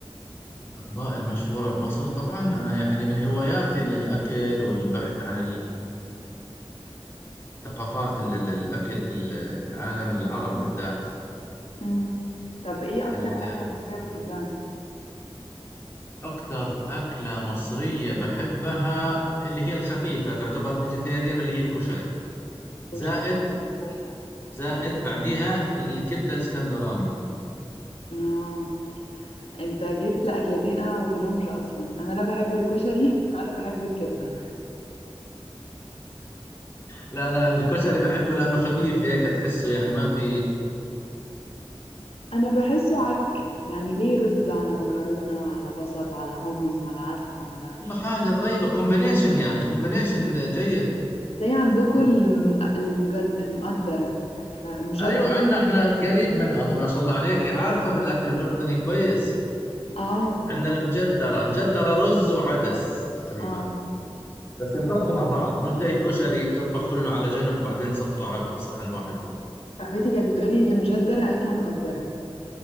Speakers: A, on the left; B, on the left.
A: الأطباق المشهورة بمصر طبعا أنا يعني من هواياتي للأكل والبحث عن ثقافات ال- ال- الأكل في ال- العالم العربي بالذات
B: امم طب ايه اكتر
A: ال-
B: أكلة مصرية بتحبها
A: أكثر أكلة مصرية بحبها اللي هي الخفيفة تعتبر فيجيتيريان اللي هي الكشري
B: كشري
A: زائد زائد بعديها الكبدة الإسكندراني
B: اه انت جبت لاكلتين انا ما باكلهمش اصلا انا لا بحب الكشري <laughs> ولا بحب الكبده
A: لا أنا الكشري بحبه لأنه خفيف هيك تحسه يعني ما في
B: انا بحسه عك يعني ليه رز على مكرونه على بصل على حمص على عدس على
A: كل حاجة طيبة كومبينيشن يعني كومبينيشن جيد
B: زي عندكم الم... المجد... المقدره اكله المجدره
A: أيوة عندنا إحنا قريب من الله ما شاء الله عليك عارفة بالأكل الأردني كويس
B: اه ما
A: عندنا
B: انا
A: المجدرة مجدرة رز وعدس تقريبا
B: اه
A: بس ينطبخوا مع بعض مش زي الكشري تطبخ كله على جنب وبعدين تصفطه على بصحن واحد
B: صاحبتي كانت بتقولي المجدره اكله مقدره